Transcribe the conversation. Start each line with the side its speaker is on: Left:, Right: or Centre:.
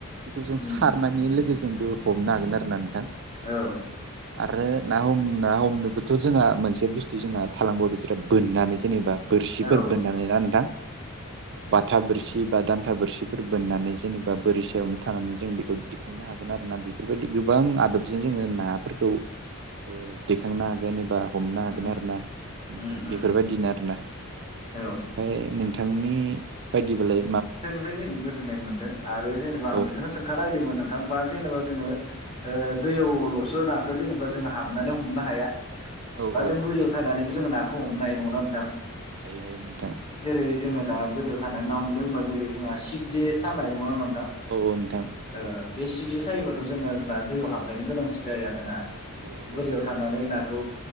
Right: बेखौ जों
Left: उम
Right: सारनायनि लोगोजोंबो हमनो हागोन आरो ना नोंथां
Left: औ
Right: आरो ना हम ना हमनोबोथ जोंहा मोनसे बुस्थु जोंहा थालांबावदोंसो बोननानै जेनेबा बोरसिफोर
Left: औ
Right: बोननानै ना नोंथां बाथा बोरसि बा दान्था बोरसिफोर बोननानै जेनेबा बोरि सायावनो थानानै जों बेखौ दिखांनो हागोन आरो ना बेफोरबायदि गोबां आदबजों जोङो नाफोरखौ ओ दिखांनो हागोन एबा हमनो हागोन
Left: उम
Right: आरो ना नोंथां
Left: उम उम
Right: बेफोरबायदिनो आरो ना
Left: औ
Right: ओमफाय बिथांनि बायदि बालाय
Left: आं नुनाप बादिनो गोजोननाय मोन आरो जेनेबा
Right: औ
Left: आं बेखौनो सोंखानायदोमोन नोंथां जेनेबा जोङो ओ दैयावलसो नाखौ जेनेबा जोङो हाबनानै हमनो हाया।
Right: औ
Left: बा
Right: औ
Left: जों बोरियाव थानानैबो जोंङो ना खौ हमनाय नंगौ ना नोंथां
Right: हायो हायो नोंथां
Left: जेरै जोङो दा बोरियाव थाना ना हमनो होनबा जेरै जोंहा सिबजे सानाय नंगौना नंङा नों थां
Right: औ औ नोंथां
Left: ओ बे सिबजे सायोबाथ जोङो बा दैयाव हाबलायनो गोनांथि जाया जोंहा
Right: जाया जाया
Left: बोरियाव थानानै ना खौ